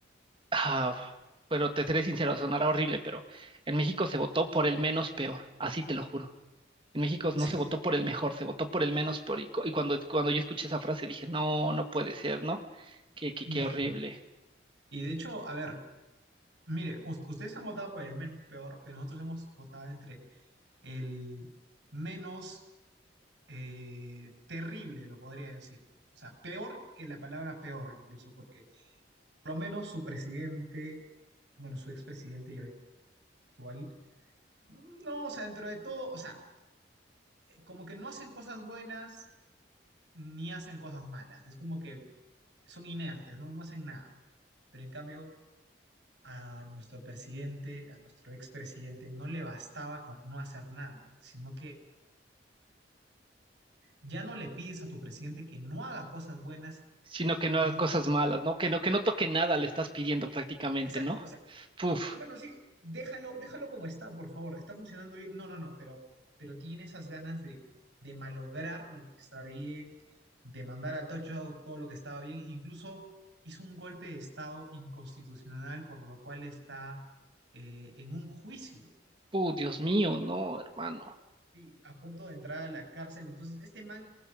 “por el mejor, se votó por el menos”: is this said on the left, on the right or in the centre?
Right